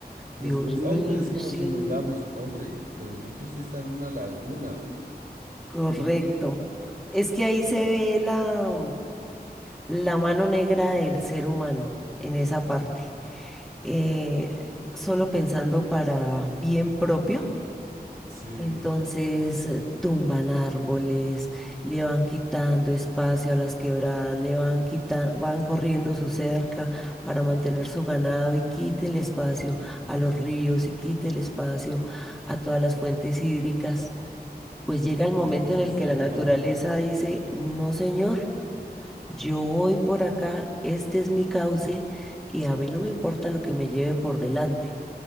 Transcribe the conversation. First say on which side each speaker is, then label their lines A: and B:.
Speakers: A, on the right; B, in the centre.
A: Y
B: Dios
A: después,
B: mío,
A: ay, pero es que
B: sí,
A: nos inundamos, hombre, pero si es que usted está en una laguna, hombre,
B: correcto.
A: qué qué que-
B: Es que ahí
A: le-
B: se ve la, la mano negra del ser humano en esa parte. eh, solo pensando para bien propio.
A: sí,
B: Entonces eh, tumban árboles, le van quitando espacio a las quebradas, le van quitando, van corriendo su cerca para mantener su ganado y quiten el espacio a los ríos y quiten el espacio a todas las fuentes hídricas. Pues llega
A: y,
B: el
A: y
B: momento
A: después
B: en
A: se
B: el
A: están
B: que la
A: quejando,
B: naturaleza dice, no señor. Yo voy por acá, este es mi cauce y a mí no me importa lo que me lleve por delante.